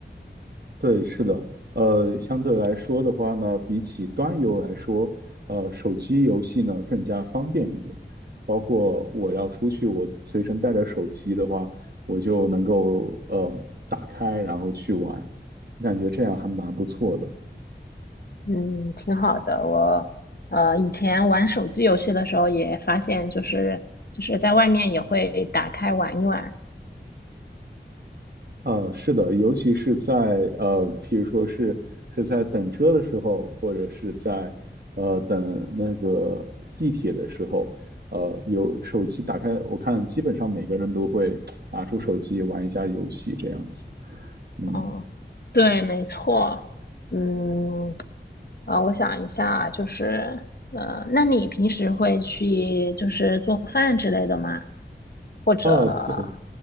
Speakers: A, on the right; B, on the left.
A: 对，是的，呃，相对来说的话呢，比起端游来说，呃，手机游戏呢更加方便一点。包括我要出去，我随身带着手机的话，我就能够呃打开，然后去玩。我感觉这样还蛮不错的。
B: 嗯，挺好的。我呃以前玩手机游戏的时候也发现，就是就是在外面也会打开玩一玩。
A: 呃，是的，尤其是在呃，譬如说是是在等车的时候，或者是在呃等那个地铁的时候，呃，有手机打开，我看基本上每个人都会拿出手机玩一下游戏这样子。嗯，
B: 嗯，对，没错。嗯，啊，我想一下，就是呃，那你平时会去就是做饭之类的吗？或者
A: 呃，对。